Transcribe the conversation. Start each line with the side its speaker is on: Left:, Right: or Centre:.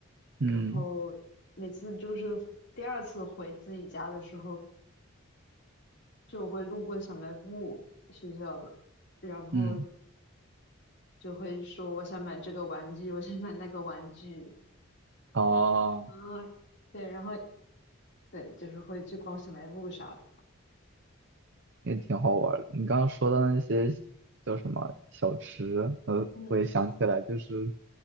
Right: 嗯
Left: 然后每次就是第二次回自己家的时候，就会路过小卖部学校的，然后
Right: 嗯，
Left: 就会说我想买这个玩具，我想买那个玩具，
Right: 哦。
Left: <laughs> 啊，对，然后对，就是会去逛小卖部啥的，
Right: 也挺好玩儿的。你刚刚说到那些叫什么小吃，呃，
Left: 嗯。
Right: 我也想起来，就是